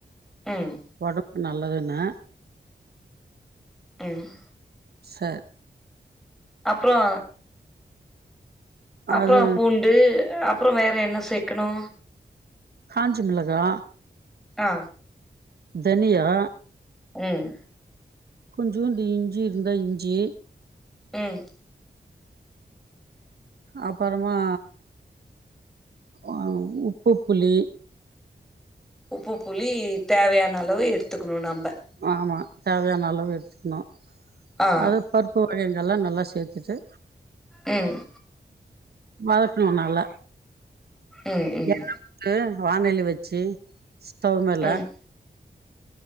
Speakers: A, in the centre; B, on the right (about 65°).
A: ம்
B: வடு நல்லதுன்னு
A: ம்
B: ச
A: அப்றோ அப்றோ
B: அது
A: பூண்டு அப் ப்றோ வேற என்ன சேக்கணூ
B: காஞ்சி மிளகா
A: ஆ
B: தனியா
A: ம்
B: கொஞ்சோன்டு இஞ்சி இருந்தா இஞ்சி
A: ம்
B: அப்றமா ஆ உப்பு புளி
A: உப்பு புளி தேவையானளவு எடுத்துக்ணூ நம்ம
B: ஆமா தேவையான அளவு எடுத்துக்ணூ
A: ஆ
B: அது பருப்பு வகை இதெல்லா நல்லா சேத்துட்டு
A: ம்
B: வதக்ணூ நல்லா
A: ம் ம்
B: எண்ணெ விட்டு வானலி வச்சி ஸ்டவ் மேல
A: ம்